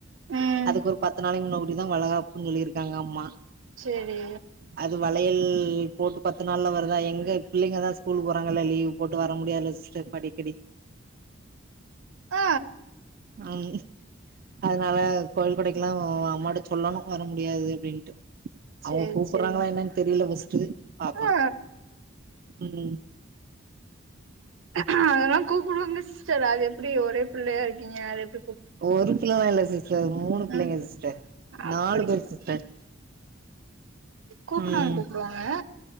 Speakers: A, on the right; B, on the right.
A: ம்
B: அதுக்கு ஒரு பத்து நாளைய முன்ன கூட்டிதா வளகாப்புன் சொல்லியிருக்காங்க அம்மா
A: சேரி
B: அது வளையல் ல் போட்டு பத்து நாள்ல வருதா எங்க பிள்ளைங்க தா ஸ்கூலுக் போறாங்கள லீவ் போட்டு வர முடியாத்ல சிஸ்டர் அடிக்கடி
A: ஆ
B: ஆங் அதனால கோய்ல் கொடைக்கில்லா அம்மாட்ட சொல்லனு வர முடியாது அப்டின்ட்டு
A: சேரி
B: அவுங் கூப்புற்றாங்களா
A: சேரி
B: என்னன் தெரியில ஃபஸ்டு பாக்கணு
A: ஆ
B: ம் ம்
A: அதல்லா கூப்புட்வாங்க சிஸ்டர் அதெப்டி ஒரே பிள்ளையா இருக்கீங்க அது எப்பி
B: ஒரு பிள்ளலா இல்ல சிஸ் டர் மூணு பிள்ளைங்க
A: ம்
B: சிஸ்டர்
A: அப்டிங்களா
B: நாலு பேரு சிஸ்டர்
A: கூப்புன்வாங்க
B: ம்
A: கூப்புடுவாங்க